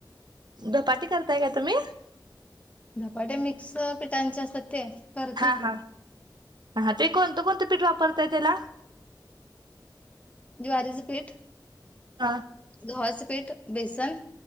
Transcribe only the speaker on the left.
धपाटे मिक्सअप त्यांच्या असतात ते करते
की.
ज्वारीचं पीठ.
गव्हाचे पीठ बेसन